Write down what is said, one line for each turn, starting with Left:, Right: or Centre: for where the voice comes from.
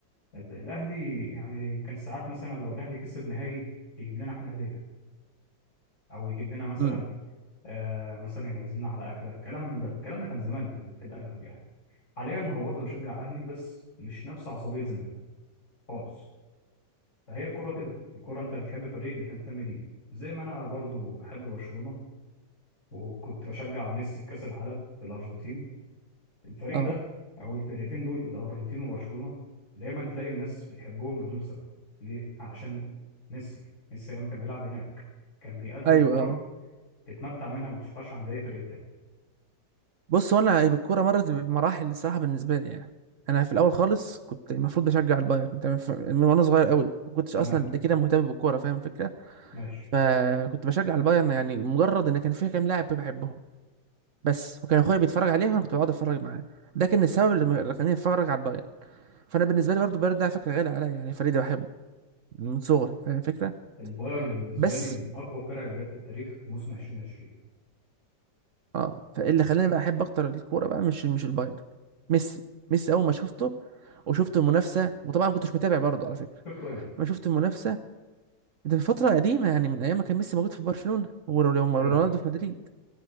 Left: الاهلي يعني كان ساعات مثلا لو الاهلي كسب نهائي يجيب لنا احنا هديه او يجيب لنا مثلا
Right: امم
Left: آه مثلا يعزمنا على اكله كلام من ده الكلام ده كان زمان في, ال- في الاغلب يعني حاليا هو برضه بيشجع اهلي بس مش نفس عصبيه زمان خالص فهي الكوره كده الكوره انت بتحب فريق بتنتمي ليه زي ما انا برضه بحب برشلونه وكنت بشجع ميسي في كاس العالم في الارجنتين الفريق
Right: اه
Left: ده او الفرقتين دول الارجنتين وبرشلونه دايما تلاقي الناس بتحبهم بدون سبب ليه علشان ميسي ميسي ايام كان بيلعب هناك كان بيقدم
Right: ايوه
Left: كرة
Right: اه.
Left: تتمتع منها ما تشوفهاش عند اي فريق تاني
Right: بص هو انا الكوره مرت بمراحل الصراحه بالنسبه لي يعني انا في الاول خالص كنت المفروض بشجع البايرن تمام ف- من وانا صغير قوي ما كنتش
Left: تمام
Right: اصلا قد كده مهتم بالكوره فاهم الفكره
Left: ماشي
Right: فكنت بشجع البايرن يعني مجرد ان كان فيها كام لاعب بحبهم بس وكان اخويا بيتفرج عليها فانا كنت بقعد اتفرج معاه ده كان السبب اللي اللي خلاني اتفرج على البايرن فانا بالنسبه لي برضه البايرن ده على فكره غالي عليا يعني فريق ده بحبه من صغري فاهم الفكره
Left: البايرن بالنسبه
Right: بس
Left: لي من اقوى الفرق اللي جت في التاريخ في موسم 2020
Right: اه فاللي خلاني بقى احب اكتر الكوره بقى مش مش البايرن ميسي ميسي اول ما شفته وشفت المنافسه وطبعا ما كنتش متابع برضه على فكره
Left: شفته امتى
Right: لما شفت المنافسه ده من فتره قديمه يعني من ايام ما كان ميسي موجود في برشلونه ورونالدو
Left: حلو
Right: في مدريد